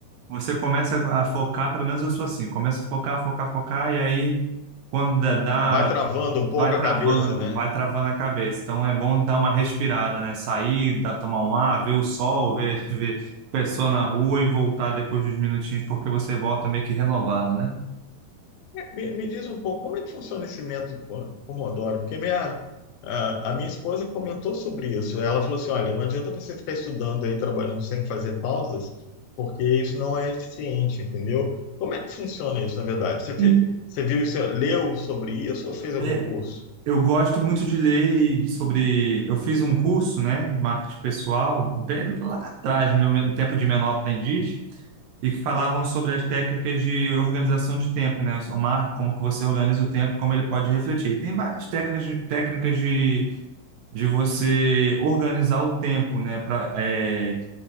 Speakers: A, on the right; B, on the left.
A: você começa a focar, pelo menos eu sou assim, começa a focar, focar, focar, e aí quando dá, dá-
B: vai travando um pouco
A: vai travando,
B: a cabeça, né?
A: vai travando a cabeça. Então é bom dar uma respirada, né? Sair, dar, tomar um ar, ver o sol, ver, <laughs> ver pessoa na rua e voltar depois dos minutinhos, porque você volta meio que renovado, né?
B: Me, me diz um pouco como é que funciona esse método po- Pomodoro, porque minha, a, a minha esposa comentou sobre isso. Ela falou assim: olha, não adianta você ficar estudando aí, trabalhando sem fazer pausas, porque isso não é eficiente, entendeu? Como é que funciona isso, na verdade? Você, fe-
A: E,
B: você viu isso, leu sobre isso ou fez algum
A: é,
B: curso?
A: eu gosto muito de ler e de- sobre. Eu fiz um curso, né, de marketing pessoal, bem lá atrás, no meu tempo de menor aprendiz. e que falavam sobre as técnicas de organização de tempo, né? O marco, como que você organiza o tempo e como ele pode refletir. E tem várias técnicas, de- técnicas de, de você organizar o tempo, né? Pra, é,